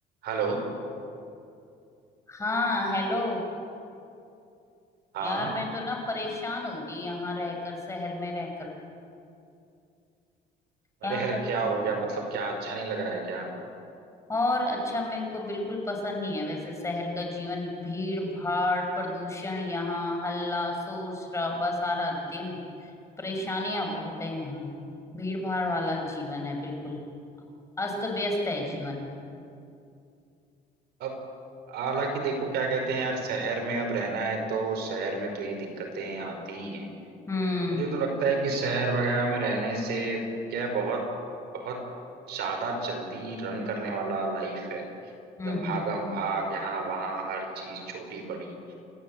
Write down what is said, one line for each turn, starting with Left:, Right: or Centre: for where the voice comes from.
Right: Hello
Left: हाँ हेलो
Right: हाँ
Left: यार मैं तो ना परेशान हो गई यहाँ रहकर शहर में रहकर
Right: अरे
Left: यहाँ
Right: यार
Left: का
Right: क्या हो गया मतलब क्या अच्छा नहीं लग रहा है क्या
Left: और अच्छा मेरे को बिल्कुल पसंद नहीं है वैसे शहर का जीवन भीड़ भाड़ प्रदूषण यहाँ हल्ला शोर शराबा सारा दिन परेशानियां बहुत है यहाँ भीड़ भाड़ वाला जीवन है बिल्कुल अस्त व्यस्त है जीवन
Right: अब हालांकि देखो क्या कहते हैं यार शहर में अब रहना है तो शहर में तो ये दिक्कतें आती ही हैं
Left: हम्म
Right: मुझे तो लगता है कि शहर वगैरह में रहने से क्या है, बहुत बहुत ज्यादा जल्दी रन करने वाला लाइफ है एकदम
Left: हम्म
Right: भागम
Left: हम्म
Right: भाग यहाँ वहाँ हर चीज छोटी बड़ी